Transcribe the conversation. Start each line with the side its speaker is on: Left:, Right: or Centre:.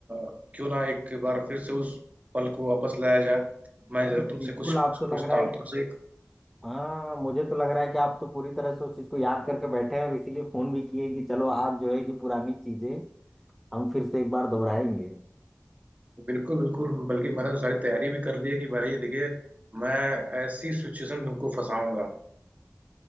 Right: अ, क्यों ना एक बार फिर से उस पल को वापस लाया जाए मैं
Centre: अरे
Right: जब तुमसे
Centre: बिल्कुल
Right: कुछ पूछ-
Centre: आप तो
Right: पूछता
Centre: लग रहा है
Right: हूँ
Centre: कि
Right: तुमसे
Centre: हाँ मुझे तो लग रहा है कि आप तो पूरी तरह से उस चीज को याद करके बैठे हैं और इसीलिए फोन भी किए कि चलो आज जो है कि पुरानी चीजें हम फिर से एक बार दोहराएंगे
Right: बिल्कुल बिल्कुल बल्कि मैंने तो सारी तैयारी भी कर ली है कि भाई देखिए मैं ऐसी सिचुएशन में तुमको फंसाऊंगा